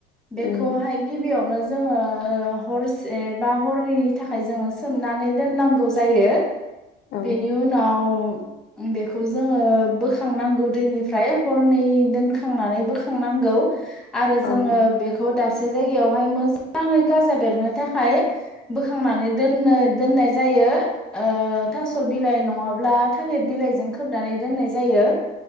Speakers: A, in the centre; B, on the left.
A: बेखौहाय
B: उम
A: गिबियावनो जोङो हरसे बा हरनैनि थाखाय जोङो सो सोमनानै दोननांगौ जायो
B: औ
A: बेनि उनाव बेखौ जोङो बोखांनांगौ दैनिफ्राय हरनै दोनखांनानै बोखां बोखांनागौ आरो जों
B: ओं
A: बेखौ खौ दाबसे जायगायावहाय मोजाङै गाजा बेरनो थाखाय बोखांनानै दोननो दोननाय जायो थास' बिलाइ नङाब्ला थालिर बिलाइजों खोबनानै दोननाय जायो